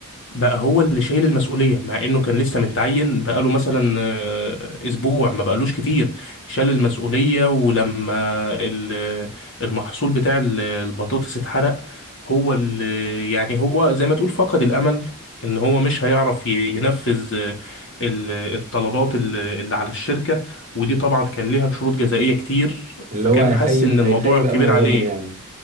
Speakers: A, on the left (about 60°); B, on the right (about 35°).
A: بقى هو اللي شايل المسؤولية مع انه كان لسه متعين بقاله مثلا آه، اسبوع ما بقالوش كتير شال المسؤولية ولما ال- المحصول بتاع ال- البطاطس اتحرق هو اللي يعني هو زي ما تقول فقد الامل ان هو مش هيعرف ي- ينفذ آه، ال- الطلبات ال- اللي على الشركة ودي طبعا كان ليها شروط جزائية كتير
B: اللي
A: فكان
B: هو هيخيب
A: حاسس ان الموضوع
B: هيخيب
A: كبير
B: امل الراجل
A: عليه
B: يعني